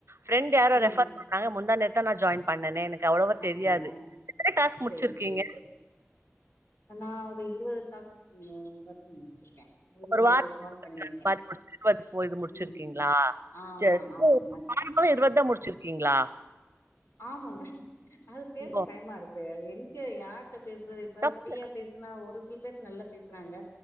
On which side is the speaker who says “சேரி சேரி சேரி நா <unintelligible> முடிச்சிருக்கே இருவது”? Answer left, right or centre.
Left